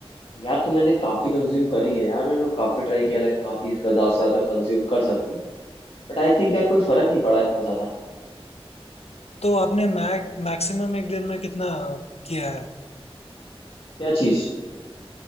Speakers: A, on the left (about 60°); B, on the left (about 80°).
A: यार तो मैंने काफी कंज्यूम करी है यार मैंने काफी ट्राई किया लाइक काफी इसका ज्यादा से ज्यादा कंज्यूम कर सकूं बट आई थिंक यार कोई फर्क नहीं पड़ा इतना ज्यादा
B: तो आपने मैग मैक्सिमम एक दिन में कितना किया है
A: क्या चीज